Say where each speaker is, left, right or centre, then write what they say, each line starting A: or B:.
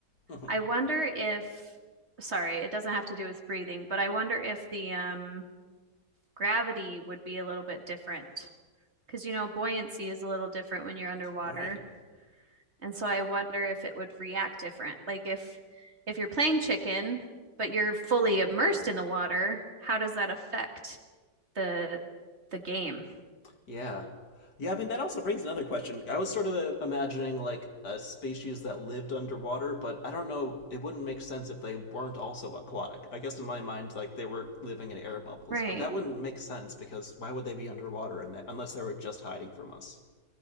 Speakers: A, on the left; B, on the right.
A: Mhm.
B: I wonder if, sorry, it doesn't have to do with breathing, but I wonder if the um, gravity would be a little bit different. Because, you know, buoyancy is a little different when you're underwater.
A: Right.
B: And so I wonder if it would react different. Like if if you're playing chicken, but you're fully immersed in the water, how does that affect the the game?
A: Yeah. Yeah, I mean, that also brings another question. I was sort of uh, imagining like a species that lived underwater, but I don't know, it wouldn't make sense if they weren't also aquatic. I guess in my mind, like they were living in air bubbles,
B: Right.
A: but that wouldn't make sense because why would they be underwater in that, unless they were just hiding from us?